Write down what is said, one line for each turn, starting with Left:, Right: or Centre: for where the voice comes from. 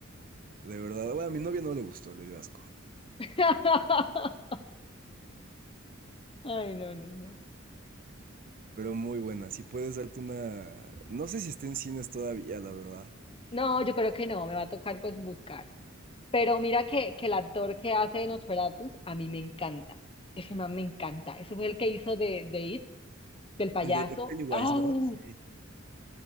Right: de verdad. Bueno, a mi novia no le gustó, le dio asco,
Left: <laughs> Ay, no, no, no.
Right: pero muy buena. Si puedes darte una, no sé si está en cines todavía, la verdad.
Left: No, yo creo que no, me va a tocar pues buscar. Pero mira que, que el actor que hace de Nosferatus a mí me encanta. Ese man me encanta. Ese fue el que hizo de, de It, del payaso.
Right: El de Pennywise,
Left: ¡Ay!
Right: ¿no? Sí.